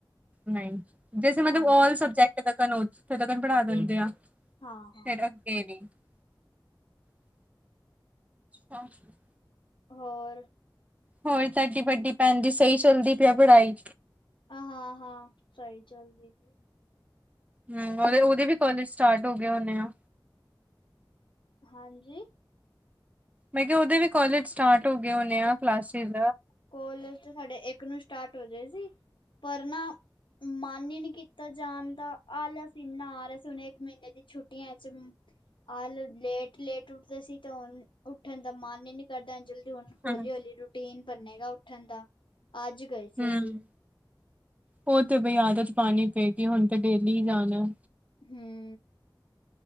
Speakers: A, on the right; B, on the left.
A: ਨਾਈ ਜੈਸੇ
B: ਹੈ
A: ਮਤਲਬ
B: ਹਾਂਜੀ
A: ਆਲ ਸਬਜੈਕਟ ਤਕਣ, ਓ ਜਿਥੇ ਤਕਣ ਪੜ੍ਹਾ ਦਿੰਦੇ ਆ
B: ਹਾਂ-ਹਾਂ
A: <unintelligible>
B: ਹੋਰ
A: ਹੋਰ ਤੁਹਾਡੀ ਵਡੀ ਭੈਣ ਦੀ, ਸਹੀ ਚੱਲਦੀ ਪਈ ਪੜ੍ਹਾਈ
B: ਹਾਂ-ਹਾਂ ਸਹੀ ਚੱਲਦੀ ਪਈ
A: ਹੂ, ਉਹਦੇ ਵੀ ਕੋਾਲਜ ਸਟਾਰਟ ਹੋ ਗਏ ਹੋਣੇ ਆ।
B: ਹਾਂਜੀ
A: ਮੈਂ ਕਿਹਾ ਉਹਦੇ ਵੀ ਕੋਾਲਜ ਸਟਾਰਟ ਹੋ ਗਏ ਹੋਣੇ ਆ ਕਲਾਸਿਸ
B: ਕੋਲੇਜ ਤੇ ਸਾਡੇ ਇੱਕ ਨੂੰ ਸਟਾਰਟ ਹੋਗੇ ਸੀ, ਪਰ ਨਾ ਮਨ ਹੀ ਨਹੀਂ ਕੀ ਤਾਂ ਜਾਣ ਦਾ ਆਲਸ ਇੰਨਾ ਆ ਰਿਹਾ ਸੀ, ਹੁਣੇ ਇੱਕ ਮਹੀਨੇ ਦੀ ਛੁੱਟੀਆਂ ਚ ਆਲ ਲੇਟ-ਲੇਟ ਉੱਠਦੇ ਸੀ, ਤਾਂ ਹੁਣ ਉੱਠਣ ਦਾ ਮਨ ਹੀ ਨੀ ਕਰਦਾ ਜਲਦੀ ਹੁਣ
A: ਹਮ
B: ਹੌਲੀ-ਹੌਲੀ ਰੂਟੀਨ ਬਨੇਗਾ ਉੱਠਣ ਦਾ, ਅੱਜ ਗਏ ਸੀ
A: ਹਮ
B: ਅਸੀਂ
A: ਉਹ ਤੇ ਬਈ ਆਦਤ ਪਾਣੀ ਪਏਗੀ, ਹੁਣ ਤੇ ਡੇਲੀ ਹੀ ਜਾਣਾ
B: ਹੂੰ